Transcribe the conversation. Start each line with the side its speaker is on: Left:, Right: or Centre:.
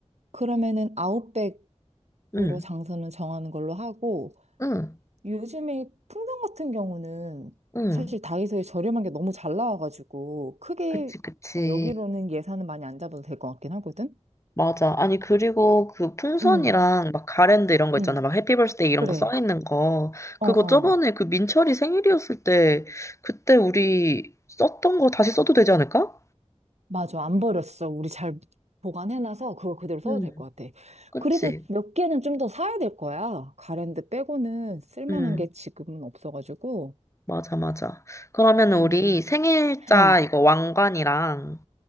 Right: 그러면은 아웃백으로
Left: 응,
Right: 장소는 정하는 걸로 하고
Left: 응,
Right: 요즘에 풍선 같은 경우는
Left: 응.
Right: 사실 다이소에 저렴한 게 너무 잘 나와가지고 크게
Left: 그치, 그치.
Right: 어, 여기로는 예산은 많이 안 잡아도 될 것 같긴 하거든?
Left: 맞아. 아니, 그리고 그 풍선이랑
Right: 응,
Left: 막 가랜드 이런 거 있잖아.
Right: 응,
Left: 막 해피 벌스데이 이런
Right: 그래.
Left: 거 써 있는 거.
Right: 어,
Left: 그거
Right: 어.
Left: 저번에 그 민철이 생일이었을 때 그때 우리 썼던 거 다시 써도 되지 않을까?
Right: 맞아. 안 버렸어. 우리 잘 보관해놔서 그거 그대로 써도
Left: 음,
Right: 될 것 같아.
Left: 그치.
Right: 그래도 몇 개는 좀 더 사야 될 거야. 가랜드 빼고는 쓸만한
Left: 음,
Right: 게 지금은 없어가지고.
Left: 맞아, 맞아. 그러면 우리
Right: 음.
Left: 생일자
Right: 응,
Left: 이거 왕관이랑